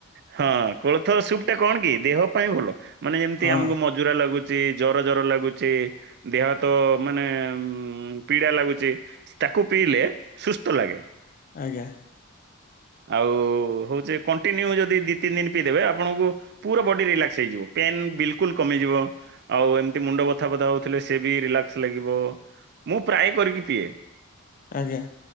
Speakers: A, on the right (about 50°); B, on the left (about 40°).
A: ହଁ କୋଳଥ ସୁପ୍ ଟା କଣ କି ଦେହ ପାଇଁ ଭଲ ମାନେ ଯେମତି
B: ହଁ
A: ଆମୁକୁ ମ ଜୁରା ଲାଗୁଚି ଜର ଜର ଲାଗୁଚି ଦେହ ହାତ ମାନେ ଉଁ ପୀଡ଼ା ଲାଗୁଚି ତାକୁ ପିଇଲେ ସୁସ୍ଥ ଲାଗେ।
B: ଆଜ୍ଞା।
A: ଆଉ ହଉଚି କଣ୍ଟିନ୍ୟୁ ଯଦି ଦି ତିନି ଦିନ ପିଇ ଦେବେ ଆପଣଙ୍କୁ ପୁରା ବଡ଼ି ରିଲାକ୍ସ ହେଇଯିବ ପେନ୍ ବିଲକୁଲ୍ କମିଯିବ। ଆଉ ଏମତି ମୁଣ୍ଡ ବଥାପଥା ହଉଥୁଲେ ସିଏ ବି ରିଲାକ୍ସ ଲାଗିବ। ମୁଁ ପ୍ରାୟ କରିକି ପିଏ।
B: ଆଜ୍ଞା।